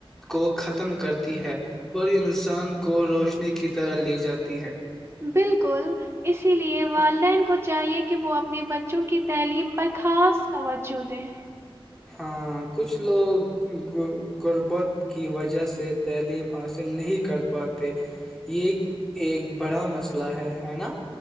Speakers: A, in the centre; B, on the right (about 25°).
A: کو ختم کرتی ہے اور انسان کو روشنی کی طرح لے جاتی ہے
B: بالکل اسی لیے والدین کو چاہیے کہ وہ اپنے بچوں کی تعلیم پر خاص توجہ دیں
A: ہاں کچھ لوگ غربت کی وجہ سے تعلیم حاصل نہیں کر پاتے یہ ایک بڑا مسئلہ ہے ہے نا